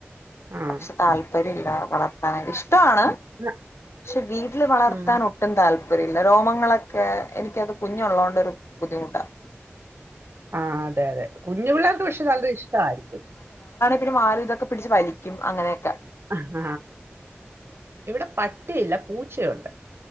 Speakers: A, on the right; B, on the left.
A: ആഹ്
B: പക്ഷെ താല്പര്യം ഇല്ല വളർത്താനായി ഇഷ്ടം ഇഷ്ടമാണ്
A: ന്ന
B: പക്ഷെ വീട്ടില് വളർത്താൻ
A: ഉം
B: ഒട്ടും താല്പര്യം താല്പര്യമല്ല രോമങ്ങളൊക്കെ എനിക്കത് കുഞ്ഞള്ളത കൊണ്ട ഒരു ബുദ്ധിമുട്ടാണ്
A: ആ അതെ അതെ കുഞ്ഞു പിള്ളേരുടെ പക്ഷെ നല്ല ഇഷ്ടമായിരിക്കും
B: പി മാറി ഇതക്കെ പിടിച്ചച്ച് വലും ും അങ്ങനെയൊക്കെ
A: ആഹ ഇവിടെ പട്ടിയില്ല പൂച്ചയുണ്ട്